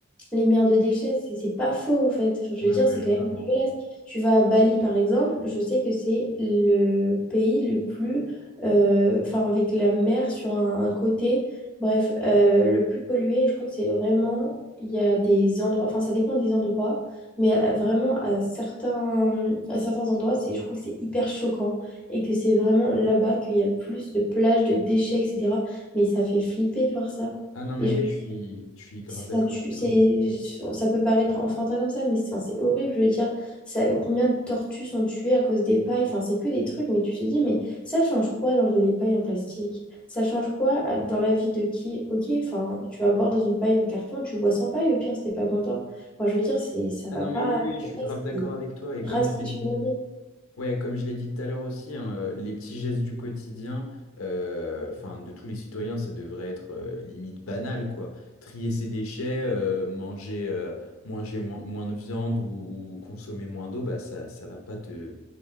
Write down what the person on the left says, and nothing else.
Ouais,
ouais,
vraiment.
Ah non, mais
oui,
je
suis, je suis grave
d'accord
avec
toi.
Ah
non,
mais oui, oui, je suis grave d'accord
avec toi. Et
comme je l'ai dit,
ouais, comme je l'ai dit tout à l'heure aussi, hein, euh, les petits gestes du quotidien, euh, enfin, de tous les citoyens, ça devrait être euh, limite banal, quoi. Trier ses déchets, euh, manger, euh, manger moins, moins de viande ou, ou consommer moins d'eau, bah, ça, ça va pas te,